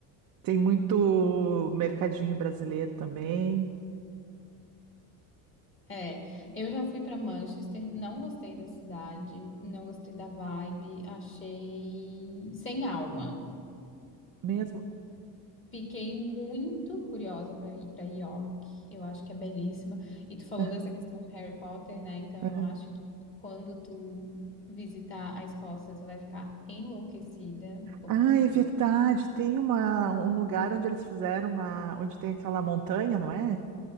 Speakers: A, on the right (about 40°); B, on the left (about 25°).
A: tem muito mercadinho brasileiro também,
B: É, eu já fui para Manchester, não gostei da cidade, não gostei da vibe, achei sem alma.
A: mesmo.
B: Fiquei muito curiosa para ir para York. Eu acho que é belíssima. E tu falou
A: <laughs>
B: dessa questão do Harry Potter, né? Então
A: Aham.
B: eu acho que quando tu visitar a Escócia, tu vai ficar enlouquecida, porque
A: Ah, é verdade, tem uma, um lugar onde eles fizeram a, onde tem aquela montanha, não é?